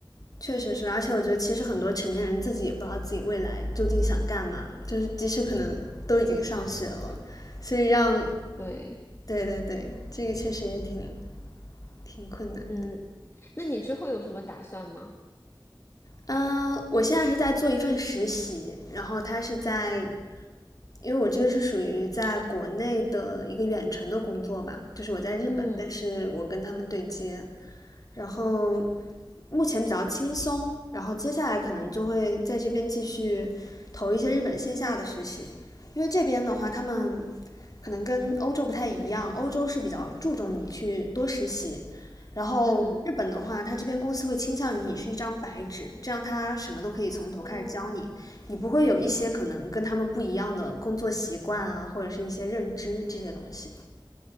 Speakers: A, on the left; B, on the left.
A: 确实是，而且我觉得其实很多成年人自己也不知道自己未来究竟想干嘛，就是即使可能都已经上学了，所以让
B: 对，
A: 对对对，这个确实也挺挺困难的。
B: 嗯，那你之后有什么打算吗？
A: 嗯，我现在是在做一份实习，然后他是在因为我这个是属于在国内的一个远程的工作吧，就是我在日本，
B: 嗯
A: 但是我跟他们对接，然后目前比较轻松，然后接下来可能就会在这边继续投一些日本线下的实习，因为这边的话，他们可能跟欧洲不太一样，欧洲是比较注重你去多实习，然后日本的话，
B: 嗯。
A: 它这边公司会倾向于你是一张白纸，这样他什么都可以从头开始教你，
B: 哦
A: 你不会有一些可能跟他们不一样的工作习惯啊，或者是一些认知这些东西。